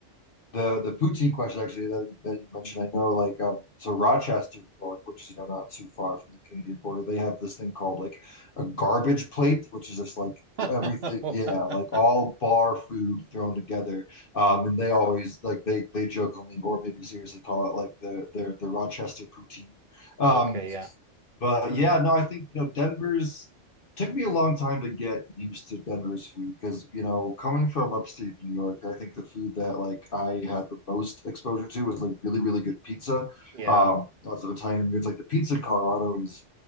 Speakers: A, on the left (about 50°); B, on the right (about 55°).
A: the the poutine question actually that, that you mentioned, I know like um so Rochester, New York, which is you know not too far from the Canadian border, they have this thing called like a garbage plate, which is just like
B: <laughs>
A: everything, yeah, like all bar food thrown together. Um, and they always like they they jokingly or maybe seriously call it like the their the Rochester poutine. Um,
B: Okay, yeah,
A: but yeah, no, I think, you know, Denver's it took me a long time to get used to Denver's food because, you know, coming from upstate New York, I think the food that like I had the most exposure to was like really, really good pizza.
B: yeah,
A: Um, lots of Italian immigrants. Like the pizza in Colorado is